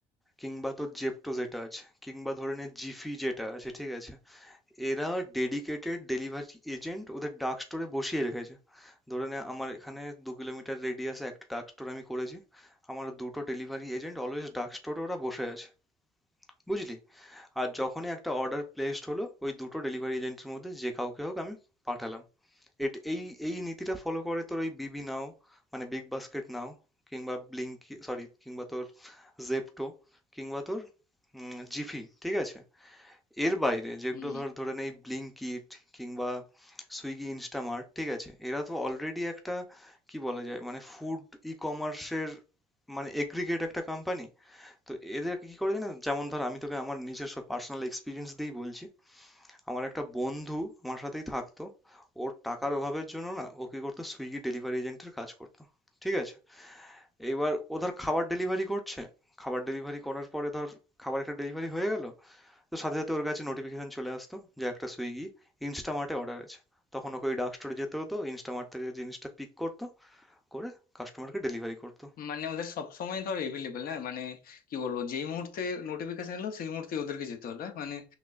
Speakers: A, in the centre; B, on the left (about 60°).
A: কিংবা তোর জেপটো যেটা আছে কিংবা ধরে নে জিফি যেটা আছে ঠিক আছে এরা ডেডিকেটেড ডেলিভারি এজেন্ট ওদের ডার্ক স্টোরে বসিয়ে রেখেছে ধরে নে আমার এখানে দু কিলোমিটার রেডিয়াসে একটা ডার্ক স্টোর আমি করেছি আমার দুটো ডেলিভারি এজেন্ট অলওয়েজ ডার্ক স্টোরে ওরা বসে আছে বুঝলি আর যখনই একটা অর্ডার প্লেসড হলো ওই দুটো ডেলিভারি এজেন্টের মধ্যে যে কাউকে হোক আমি পাঠালাম এট এই এই নীতিটা ফলো করে তোর ওই বিবি নাও মানে বিগ বাস্কেট নাও কিংবা ব্লিঙ্কি সরি কিংবা তোর জেপ্টো কিংবা তোর উম, জিফি ঠিক আছে এর বাইরে যেগুলো
B: হুম
A: ধর ধরে নে এই ব্লিঙ্কিট কিংবা সুইগি ইনস্টামার্ট ঠিক আছে এরা তো অলরেডি একটা কি বলা যায় মানে ফুড ই কমার্সের মানে এগ্রিগেট একটা কোম্পানি তো এদের কি করে জানেন যেমন ধর আমি তোকে আমার নিজস্ব পার্সোনাল এক্সপিরিয়েন্স দিয়েই বলছি আমার একটা বন্ধু আমার সাথেই থাকতো ওর টাকার অভাবের জন্য না ও কি করতো সুইগি ডেলিভারি এজেন্টের কাজ করতো ঠিক আছে এইবার ও ধর খাবার ডেলিভারি করছে খাবার ডেলিভারি করার পরে ধর খাবার একটা ডেলিভারি হয়ে গেল তো সাথে সাথে ওর কাছে নোটিফিকেশন চলে আসতো যে একটা সুইগি ইনস্টামার্টে অর্ডার আছে তখন ওকে ওই ডার্ক স্টোরে যেতে হতো ইনস্টামার্ট থেকে জিনিসটা পিক করতো করে কাস্টমারকে ডেলিভারি করতো
B: মানে ওদের সব সময় ধর এভেলেবেল না মানে কি বলবো যেই মুহূর্তে নোটিফিকেশন এলো সেই মুহূর্তে ওদেরকে যেতে হলো হ্যাঁ? মানে